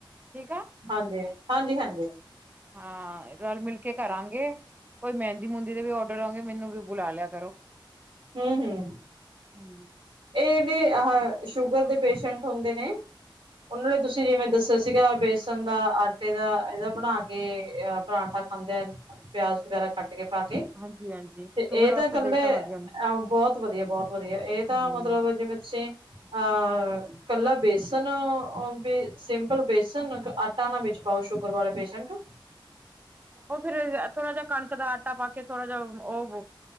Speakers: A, on the right; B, on the right.
A: ਠੀਕ ਆ,
B: ਹਾਂਜੀ ਹਾਂਜੀ ਹਾਂਜੀ
A: ਹਾਂ ਰੱਲ-ਮਿੱਲ ਕੇ ਕਰਾਂਗੇ। ਕੋਈ ਮੈੰਦੀ-ਮੂੰਦੀ ਦੇ ਵੀ ਔਡਰ ਆਵੇ, ਮੈਨੂੰ ਵੀ ਬੁਲਾ ਲਿਆ ਕਰੋ।
B: ਹੂੰ-ਹੂੰ।
A: ਹਾਂਜੀ।
B: ਏਨੇ ਆਹ ਸ਼ੂਗਰ ਦੇ ਪੇਸ਼ੈਂਟ ਹੁੰਦੇ ਨੇ ਓਨਾਂ ਲਈ ਤੁਸੀਂ ਜਿਵੇਂ ਦੱਸਿਆ ਸੀਗਾ, ਬੇਸਣ ਦਾ ਆਟੇ ਦਾ ਏਦਾ ਬਣਾ ਕੇ ਅ ਪਰਾਂਠਾ ਖਾਂਦੇ ਅਨ, ਪਿਆਜ ਵਗੈਰਾ ਕੱਟਕੇ ਤੇ ਗੇ ਪਰਾਠੇ,
A: ਹਾਂਜੀ ਹਾਂਜੀ
B: ਤੇ
A: ਸ਼ੂਗਰ
B: ਏ ਤੇ
A: ਵਾਸਤੇ
B: ਕੱਲੇ
A: ਬੇਸਨ
B: ਐ
A: ਵਧੀਆ ਨੇ।
B: ਬੌਤ ਵਧੀਆ, ਬੌਤ ਵਧੀਆ, ਏ ਤਾਂ
A: ਹੂੰ
B: ਮਤਲਬ ਜਿਵੇਂ ਤੁਸੀ, ਅਹ ਕੱਲਾ ਬੇਸ ਤਨ ਓ ਬੀ ਸਿੰਪਲ ਬੇਸਨ, ਆਟਾ ਨਾ ਵਿੱਚ ਪਾਓ, ਸ਼ੂਗਰ ਵਾਲੇ ਪੇਸ਼ੰਟ।
A: ਓਹ ਫਿਰ ਥੋੜ੍ਹਾ ਜਾ ਕਣਕ ਦਾ ਆਟਾ ਪਾਕੇ, ਥੋੜਾ ਜਾ ਓਹ ਵੋ